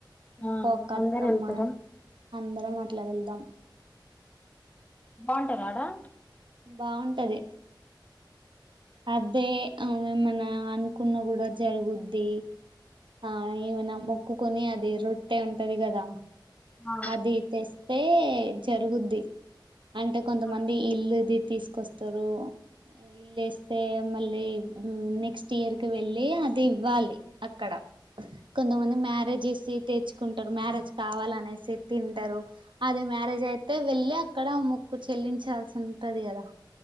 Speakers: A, on the right (about 75°); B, on the left (about 15°).
A: ఇంకొక
B: ఆ అందరు
A: అత్తమ్మాయి
B: వెళ్తారా
A: అందరం అట్లా వెళ్దాం
B: బాగుంటాదాడా
A: బాగుంటది అదే మేమన్నా అనుకున్న కూడా జరుగుద్ది ఆ ఏమైనా మొక్కుకుని అది రొట్టె ఉంటది కదా
B: ఆ
A: అది తెస్తే జరుగుద్ది అంటే కొంతమంది
B: ఆ
A: ఇల్లుది తీసుకొస్తారు ఇల్లు ఎస్ తే మళ్ళీ నెక్స్ట్ ఇయర్ కి వెళ్ళి అది ఇవ్వాలి అక్కడ కొంతమంది మ్యారేజ్
B: అదే
A: చేసి తెచ్ మొక్కుంటరు మ్యారేజ్ కావాలనేసి తింటరు అది మ్యారేజ్ అయితే వెళ్ళి అక్కడ మొక్కు చె చెల్లించాల్సి ఉంటది కదా